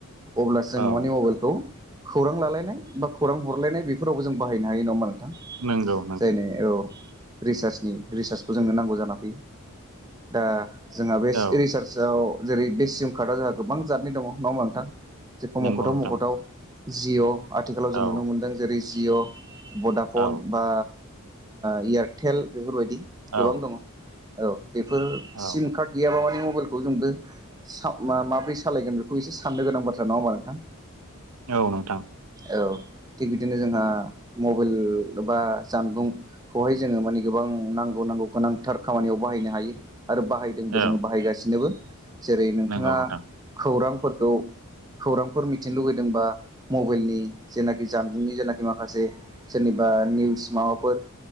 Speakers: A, on the right (about 15°); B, on the right (about 85°).
A: अब्लासो जोो
B: औ
A: माने मबाइलखौ खौरां लालायनाय बा खौरां हरलायनाय बेफोरावबो जों बाहायनो हायो नङामा नोंथां
B: नोंगौ
A: जायनो औ रिसार्चनि रिसार्चखौ जोंनो नांगौ जाना फैयो दा जोंहा बे
B: औ
A: रिसार्जआव जेरै बे सिम कार्डआव जोंहा गोबां जादनि दङ न' बांथां जेखौ
B: नंगौ
A: मखथाव
B: नोंथां
A: मखथाव जिअ' आथिखालाव
B: औ
A: जों नुनो मोनदों जेरै जिअ' भडाफन
B: औ
A: बा एयारटेल बेफोरबायदि
B: औ
A: गोबां दङ औ बेफोर
B: औ
A: सिम कार्ड गैयाबा माने मबाइलखौ जोंबो स मा माबोरै सालायगोन बेखौ एसे साननो गोनां बाथ्रा नङा होमा नोंथां
B: औ नोंथां
A: औ थिग बिदिनो जोंहा मबाइल जेनबा जानदुं खौहाय जोङो माने गोबां नांगौ नांगौ गोनांथार खामानियाव बाहायनो हायो आरो बाहाय जोंबो
B: औ
A: जोङो बाहायगासिनोबो जेरै नोंथाङा
B: नंगौ नोंथां
A: खौरांफोरखौ खौरांफोर मिथिनो लुुबैदोंबा मबाइलनि जेनाखि जानबुंनि जेनाखि माखासे सोरनि बा निउस माबाफोर